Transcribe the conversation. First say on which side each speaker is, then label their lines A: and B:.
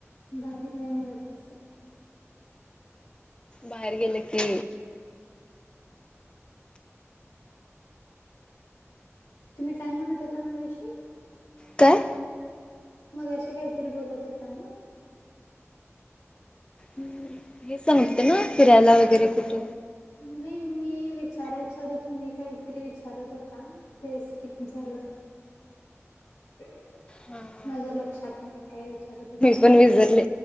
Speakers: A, on the left; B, on the left.
A: बाहेर नाही मिळत तस.
B: बाहेर गेले की
A: तुम्ही काय म्हणत होता मघाशी?
B: काय?
A: मघाशी काहीतरी बोलत होता ना.
B: हम्म. हे सांगत होते ना फिरायला वगैरे कुठ.
A: नाही मी मी विचारायच्या आधी तुम्ही काहीतरी विचारत होता ते स्किप झालं. <inaudible>
B: हम्म.
A: माझ्या लक्षात नाही काही विचार होतात.
B: पण विसरले